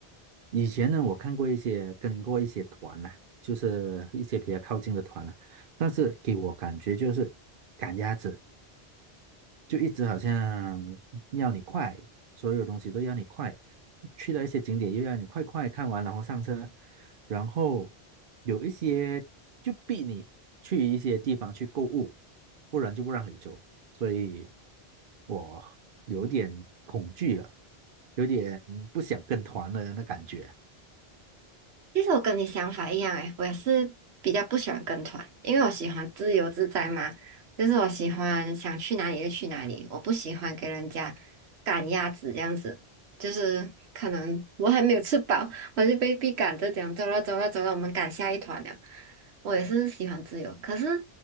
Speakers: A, on the right (about 60°); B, on the right (about 85°).
A: 以前呢，我看过一些跟过一些团啦、就是一些比较靠近的团啦、但是给我感觉就是赶鸭子。就一直好像要你快，所有东西都要你快，去到一些景点又要你快快看完，然后上车，然后有一些就逼你去一些地方去购物，不然就不让你走，所以我有点恐惧了，有点不想跟团了那感觉。
B: 其实我跟你想法一样诶，我也是比较不喜欢跟团，因为我喜欢自由自在嘛，就是我喜欢想去哪里就去哪里，我不喜欢给人家赶鸭子这样子，就是可能我还没有吃饱，<laughs> 我就被逼赶着讲走了走了走了，我们赶下一团了。我也是喜欢自由，可是